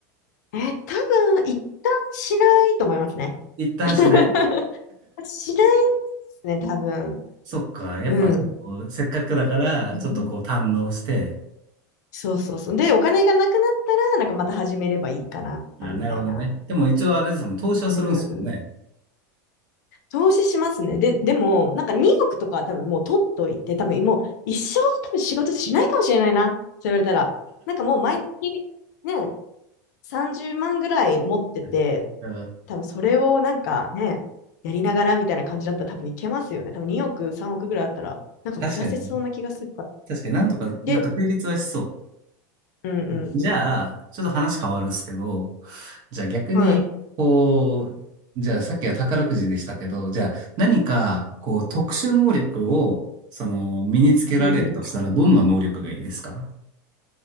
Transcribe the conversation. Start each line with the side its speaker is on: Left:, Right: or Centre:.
Left: え、多分、一旦しないと思いますね。
Right: 一旦しない
Left: <laughs> しないですね、多分。
Right: そっか。やっぱこう、
Left: うん。
Right: せっかくだから、
Left: うん
Right: ちょっとこう堪能して。
Left: そうそうそう。で、お金がなくなったら、なんかまた始めればいいかな、
Right: あ、
Left: みたいな。
Right: なるほどね。でも一応あれですもん、投資はするんですもんね。
Left: うん。投資しますね。で、でも、なんか2億とかは多分もう取っといて、多分もう一生多分仕事しないかもしれないな、そう言われたら。なんかもう毎月ね、30万ぐらい持ってて、
Right: うんだから
Left: 多分それをなんかね、やりながらみたいな感じだったら多分いけますよね。多分2億、3億ぐらいあったら、なんか暮らせそうな気がするから。
Right: 確かにね。確かになんとか、
Left: で、
Right: なんか成立はしそう。
Left: うんうん
Right: じゃあ、ちょっと話変わるっすけど、じゃあ逆に、
Left: はい。
Right: こう、じゃあさっきは宝くじでしたけど、じゃあ何か、こう、特殊能力を、その、身につけられるとしたら、
Left: うんうん。
Right: どんな能力がいいですか